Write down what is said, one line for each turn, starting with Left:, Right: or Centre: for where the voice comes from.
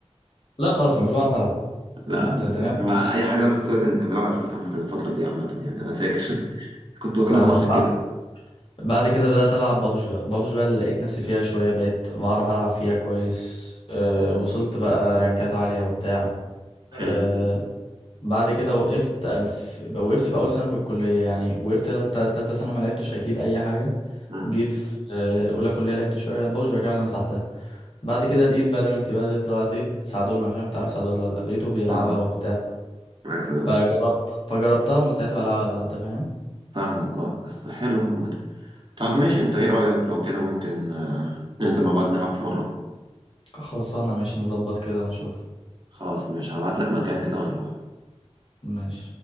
Left: لا خالص ما كنتش بعرف العب
Right: لا
Left: كنت
Right: انا
Left: انت
Right: كنت
Left: فاهم
Right: مع اي حاجه لعبها في كروس فاير كان كان بيلعب على فلوس عامه الفتره دي عامه يعني انا فاكر <laughs> كنت بكرههم
Left: لا لا
Right: عشان
Left: بع-
Right: كده
Left: بعد كده بدأت ألعب بابجي بقى بابجي بقى اللي لقيت نفسي فيها شوية بقيت بعرف ألعب فيها كويس أه
Right: مم.
Left: وصلت بقى رانكات عالية وبتاع أه
Right: حلو
Left: بعد كده وقفت ألف وقفت في أول سنة في الكلية يعني وقفت تالتة تالتة سنة وما لعبتش أكيد أي حاجة
Right: مم.
Left: جيت في آه، أولى كلية لعبت شوية بابجي بعد كده بعد ما مسحتها بعد كده لقيت فالورنت بقى دي طلعت لقيت سعدولة مش عارف أنت عارف سعدولة ولا لأ لقيته بيلعبها
Right: اه
Left: وبتاع
Right: عارف
Left: فجربت فجربتها ومن ساعتها بلعبها بقى أنت فاهم
Right: فاهمك اه بس حلو عامة طب ماشي انت ايه رأيك لو كده ممكن آه، ننزل مع بعض نلعب في مرة
Left: خلصانة ماشي نظبط كده ونشوف
Right: خلاص ماشي هبعت لك مكان كده ونروح
Left: ماشي